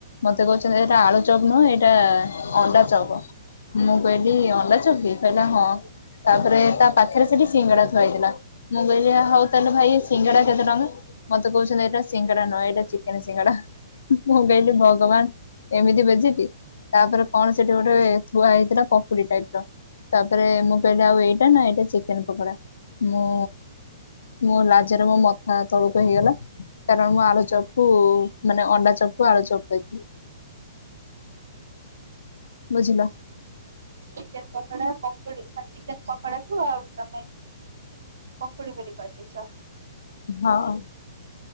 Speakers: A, on the left (about 80°); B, on the right (about 75°).
A: ମତେ କହୁଛନ୍ତି ଏଇଟା ଆଳୁଚପ୍ ନୁହଁ ଏଇଟା ଅଣ୍ଡାଚପ୍। ମୁଁ କହିଲି ଅଣ୍ଡା ଚପ୍ କହିଲା ହଁ? ତାପରେ ତା ପାଖରେ ସେଠି ସିଙ୍ଗଡ଼ା ଥୁଆହେଇଥିଲା। ମୁଁ କହିଲି ହଉ ତାହେଲେ ଭାଇ ସିଙ୍ଗଡା କେତେ ଟଙ୍କା? ମତେ କହୁଛନ୍ତି ଏଇଟା ସିଙ୍ଗଡ଼ା ନୁହେଁ ଏଟା ଚିକେନ୍ ସିଙ୍ଗଡା। ମୁଁ କହିଲି ଭଗବାନ୍ ଏମିତି ବେଜିତ୍। ତାପରେ କଣ ସେଠି ଗୋଟେ ଥୁଆ ହେଇଥିଲା ପକୁଡ଼ି ଟାଇପ୍ ର? ତାପରେ ମୁଁ କହିଲି ଆଉ ଏଇଟା ନା ଏଇଟା ଚିକେନ୍ ପକୋଡା ମୁଁ ମୁଁ ଲାଜରେ ମୋ ମଥା ତଳକୁ ହେଇଗଲା। କାରଣ ମୁଁ ଆଳୁ ଚପ୍ କୁ ମାନେ ଅଣ୍ଡା ଚପ୍ କୁ ଆଳୁ ଚପ୍ କହିଥିଲି। ବୁଝିଲ?
B: ଚିକେନ ପକୋଡା ପୋକୁଡ଼ି ଚିକେନ ପକୋଡା କୁ ଆଉ ତମେ ପକୁଡ଼ି ବୋଲି କହିଦେଇଛ।
A: ହଁ